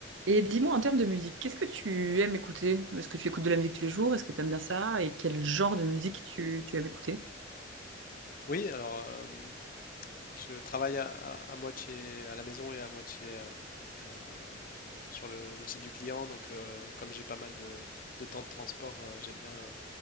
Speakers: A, on the right (about 80°); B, on the left (about 50°).
A: Et dis-moi en termes de musique, qu'est-ce que tu aimes écouter? Est-ce que tu écoutes de la musique tous les jours? Est-ce que tu aimes bien ça? Et quel genre de musique tu, tu aimes écouter?
B: Oui, alors euh, je travaille à, à- à moitié à la maison et à moitié euh, euh, sur le, le site du client. Donc, euh, comme j'ai pas mal de, de temps de transport, euh, j'aime bien